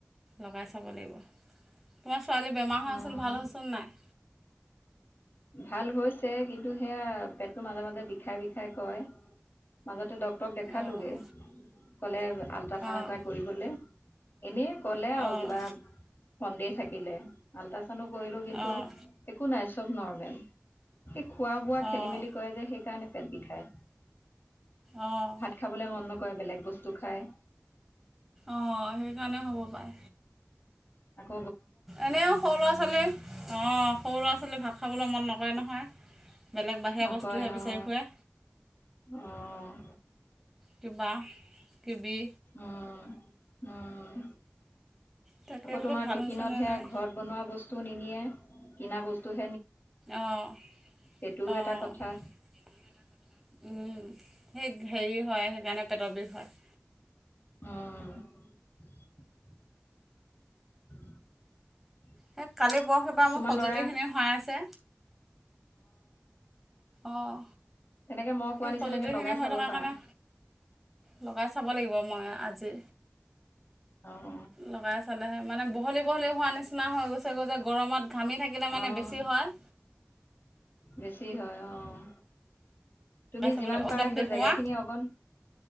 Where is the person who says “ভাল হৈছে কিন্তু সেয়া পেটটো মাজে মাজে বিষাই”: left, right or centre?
Left